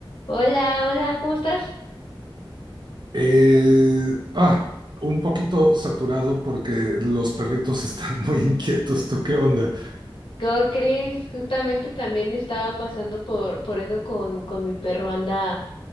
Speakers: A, on the left; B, on the right.
A: Hola, hola, ¿cómo estás?
B: Eh, ah, un poquito saturado porque los perritos <laughs> están muy inquietos. ¿Tú qué onda?
A: ¿Cómo crees? Justamente también estaba pasando por, por eso con, con mi perro, anda,